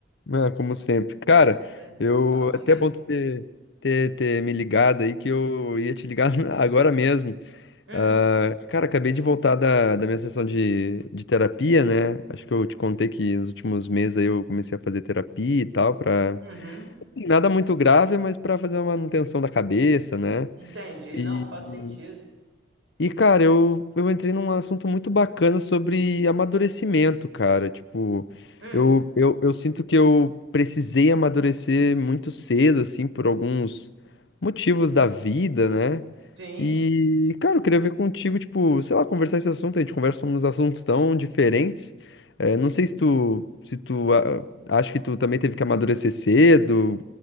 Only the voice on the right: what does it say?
É,
fala comigo.
Hum,
uhum,
entendi,
não, faz sentido.
Hum,
sim,